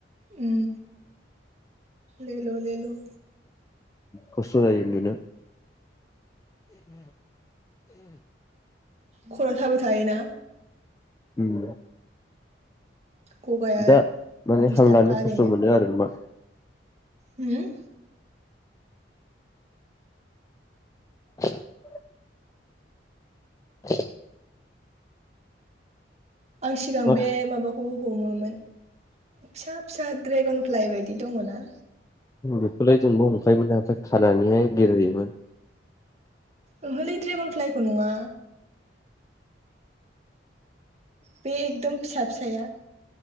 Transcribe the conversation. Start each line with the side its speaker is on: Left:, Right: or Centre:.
Right: उम ले ल ले ल
Left: खस्थ जायो उनदुनो
Right: खर' थाबाय थायो ना
Left: उम
Right: गगाया
Left: दा माने
Right: दिस्टाबखा
Left: हां लानो
Right: ओरैनो
Left: खस्थ मोनो आरो ना मा
Right: होम
Left: <inaudible> <inaudible>
Right: आं सिगां
Left: मा
Right: बे माबाखौ हमोमोन फिसा फिसा ड्रेगनफ्लाइ बायदि दङ ना
Left: बेखौलाय जोंबो हमखायोमोन ओमफ्राय खानानैहाय बिरहोयोमोन
Right: ओहोलै ड्रेगनफ्लाइखौ नङा बे एकदम फिसा फिसाया